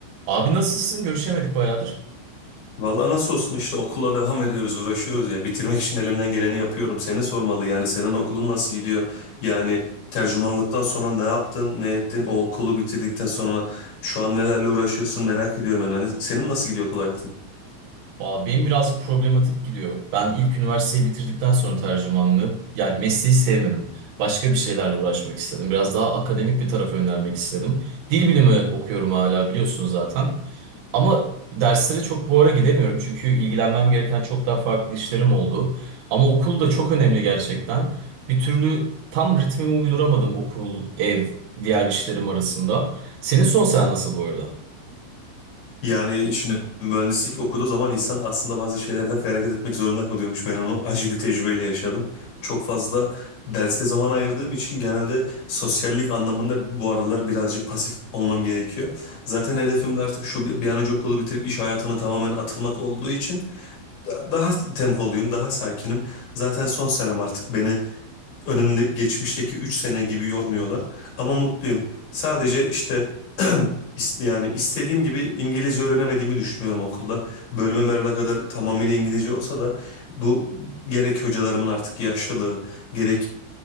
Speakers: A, on the right; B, on the left.
A: Abi nasılsın? Görüşemedik bayağıdır.
B: Vallahi nasıl olsun işte okula devam ediyoruz, uğraşıyoruz ya. Bitirmek için elimden geleni yapıyorum. Seni sormalı yani senin okulun nasıl gidiyor? Yani tercümanlıktan sonra ne yaptın, ne ettin? O okulu bitirdikten sonra şu an nelerle uğraşıyorsun merak ediyorum yani. Hani senin nasıl gidiyor okul hayatın?
A: Valla benim birazcık problematik gidiyor. Ben ilk üniversiteyi bitirdikten sonra tercümanlığı, yani mesleği sevmedim. Başka bir şeylerle uğraşmak istedim. Biraz daha akademik bir tarafa yönelmek istedim. Dil bilimi okuyorum hala biliyorsun zaten. Ama derslere çok bu ara gidemiyorum. Çünkü ilgilenmem gereken çok daha farklı işlerim oldu. Ama okul da çok önemli gerçekten. Bir türlü tam ritmimi uyduramadım okul, ev, diğer işlerim arasında. Senin son sen nasıl bu arada?
B: Yani şimdi mühendislik okuduğu zaman insan aslında bazı şeylerden feragat etmek zorunda kalıyormuş. Ben onu acı bir tecrübeyle yaşadım. Çok fazla derse zaman ayırdığım için genelde sosyallik anlamında bu aralar birazcık pasif olmam gerekiyor. Zaten hedefim de artık şu bir bir an önce okulu bitirip iş hayatına tamamen atılmak olduğu için da- daha tempoluyum, daha sakinim. Zaten son senem artık beni önümde geçmişteki 3 sene gibi yormuyorlar. Ama mutluyum. Sadece işte <clears throat> ist- yani istediğim gibi İngilizce öğrenemediğimi düşünüyorum okulda. Bölümüm her ne kadar tamamıyla İngilizce olsa da bu gerek hocalarımın artık yaşlılığı, gerek